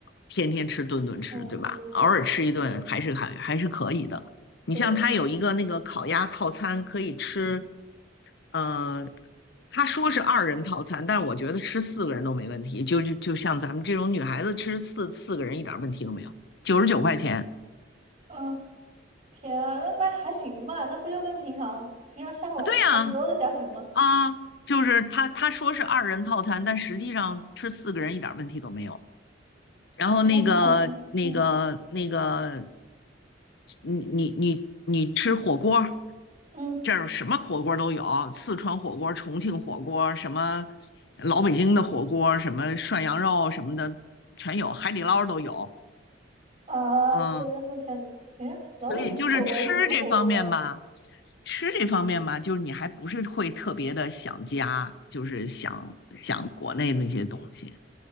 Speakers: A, on the left; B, on the right.
A: 天天吃顿顿吃，
B: 嗯，
A: 对吧？
B: 对对对对
A: 偶尔吃一顿还是还还是可以的。你像它有一个那个烤鸭套餐，
B: 对，
A: 可以吃呃，他说是二人套餐，但是我觉得吃四个人都没问题。就就就像咱们这种女孩子吃四四个人一点问题都没有，九十九块钱。
B: 嗯，天啊，那那还行吧，那不就跟平常平常下馆子差不多的价钱吗？
A: 对呀，啊，就是他他说是二人套餐，但实际上吃四个人一点问题都没有。然后那个那个那个，
B: 嗯，嗯
A: 你你你你吃火锅儿，
B: 嗯
A: 这儿什么火锅都有，四川火锅、重庆火锅，什么老北京的火锅，什么涮羊肉什么的全有，海底捞都有。
B: 啊，
A: 嗯，
B: 天呐天呐，人家老北京火锅是什么火锅呀？
A: 所以就是吃这方面吧，吃这方面吧，就是你还不是会特别的想家，就是想想国内那些东西。